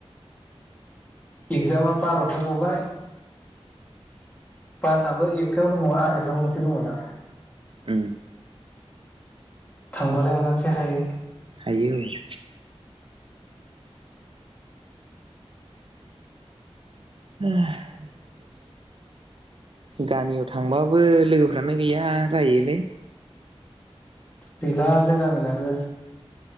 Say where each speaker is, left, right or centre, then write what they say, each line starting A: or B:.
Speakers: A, on the left; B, on the right.
A: एक्जामा बार'थो गबाय बासाबो एकथायाव दङ आरायथायाव गंसे दंमोनदां
B: ओं
A: थांबालाय आरामसे हायो
B: हायो औ <inaudible> गामियाव थांबाबो लोगोफ्रानो गैया जायोलै
A: गैला जों गामिनाबो